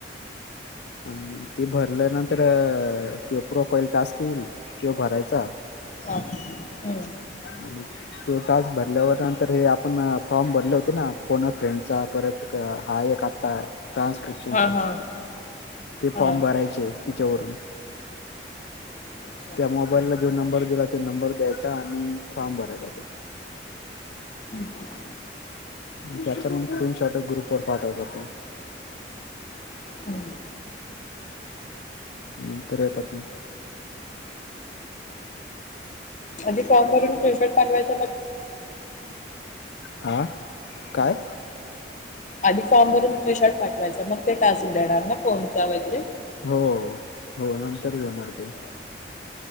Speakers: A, on the left; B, on the left.
A: आणि ते भरल्या नंतर ते प्रोफाईल टास्क येईल तो भरायचा.
B: हा हम्म.
A: आणि तो टास्क भरल्यावर नंतर हे आपण फॉर्म भरले होते ना फोन फ्रेंडचा परत. हा एक आता ट्रान्स्क्रिप्शनचा
B: हा हा
A: ते
B: हा
A: फॉर्म भरायचे. तिच्यावरून.
B: अच्छा
A: त्या मोबाईलला जो नंबर दिला तो नंबर द्यायचा आणि फॉर्म भरायचा तो.
B: हम् <inaudible>
A: त्याचा म स्रीन शॉर्ट ग्रुप वर पाठवतातो.
B: हम्म.
A: नंतर येतात मग.
B: आधी फॉर्म भरून पानवायचा.
A: हा काय.
B: आधी फॉर्म भरून फ्शॉट पाठवायचा मग ते टासू देणार ना कोनचा वगैरे
A: हो हो नंतर घेणार ते.